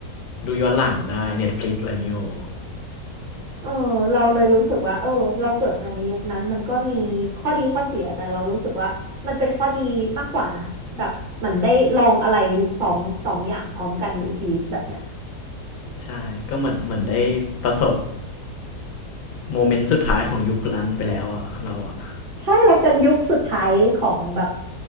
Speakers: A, on the left; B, on the right.
A: ดูย้อนหลังได้ Netflix อะไรอย่างเงี้ยโอ้
B: เออเราเลยรู้สึกว่าเออเราเกิดมาในยุคนั้นมันก็มีข้อดีข้อเสียแต่เรารู้สึกว่ามันเป็นข้อดีมากกว่านะแบบเหมันได้ลองอะไรสองสองอย่างพร้อมกันในชีวิตแบบเนี้ย
A: ใช่ก็เหมือนเหมือนได้ประสบโมเมนต์สุดท้ายของยุคนั้นไปแล้วอะเราอะ
B: ใช่เราเป็นยุคสุดท้ายของแบบ